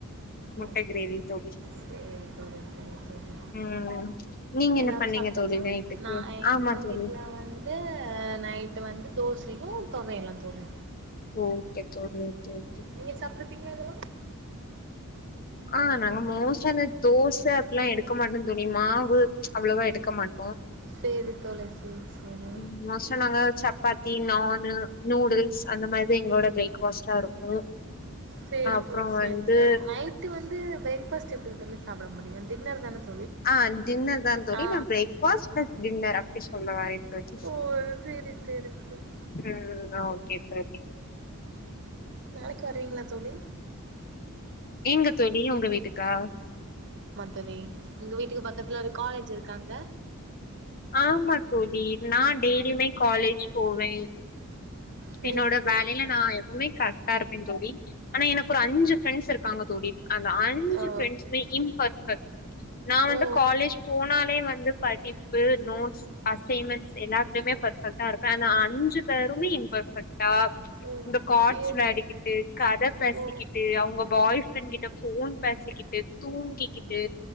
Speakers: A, on the left; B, on the right.
A: முட்ட
B: ஓ
A: கிரேவி தோழி
B: செரி தோழி செரி தோழி.
A: ம் நீங்க
B: எல்லாரும்
A: என்ன பண்ணீங்க
B: சாப்ட்டாச்சா?
A: தோழி நைட்டுக்கு
B: நா எங்க
A: ஆமா தோழி
B: வீட்ல வந்து நைட்டு் வந்து தோ சையு தொவையலும் தோழி
A: ஓகே தோழி ஓகே ஓகே
B: நீங்க சாப்டுருப்பீங்களா இதெல்லாம்?
A: ஆஹ் நாங்க மோஸ்ட்டா இந்த தோசை அப்படில்லாம் எடுக்க மாட்டோம் தோழி. மாவு அவ்வளவா எடுக்க மாட்டோ
B: செரி தோழி சரி சரி
A: ம் மோஸ்ட்டா நாங்க சப்பாத்தி, நானு, நூடுல்ஸ் அந்த மாறி எங்களோட பிரேக்ஃபாஸ்ட்டா இருக்கு
B: செரி
A: அப்றோ
B: தோழி சரி
A: வந்து
B: தோழி நைட்டு வந்து வந்து பிரேக்ஃபாஸ்ட் எப்டி இட்லி சாப்பட முடியும் டின்னர் தான தோழி.
A: ஆஹ் டின்னர் தான் தோழி
B: ஆ
A: பிரேக்ஃபாஸ்ட் டின்னர் அப்படி சொல்ல வரேன் தோழி.
B: ஓ சேரி சேரி சேரி
A: ம் ம் ஒகே கெட் பாக்
B: நாளைக்கு வருவீங்களா தோழி?
A: எங்க தோழி உங்க வீட்டுக்கா?
B: சரி எங்க வீட்டுக்கு பக்கத்துல ஒரு காலேஜ் இருக்காங்க
A: ஆமா தோழி நான் டெய்லியுமே காலேஜ் போவேன்
B: சேரி
A: என்னோட
B: தோழி
A: வேலையில நான் எப்பவுமே கரெக்டா இருப் இருப்பேன் தோழி. ஆனா எனக்கு ஒரு அஞ்சு ஃரெண்ட்ஸ் இருக்காங்க தோழி அந்த அஞ்சு
B: ஓ
A: ஃப்ரெண்ட்ஸுமே இம்பர்ஃபெக்ட். நான் வந்து
B: ஓ
A: காலேஜ் போனாலே வந்து இந்த படிப் படிப்பு, நோட்ஸ் அசைன்மென்ட்ஸ் எல்லாத்துலயுமே பர்ரபெக்ட்டா இருப்பேன் ஆனா அஞ்சு பேருமே இம்பெர்ஃபெக்ட்டா
B: ஓ
A: இந்த கார்ட்ஸ்
B: ஏ
A: வெளையாடிக்கிட் ட்டு, கதை பேசிக்கிட்டு,
B: ஓ
A: அவங்க பாய் ஃப்ரெண்ட் கிட்ட ஃபோன் பேசிக்கிட்டு, தூங்கிக்கிட்டு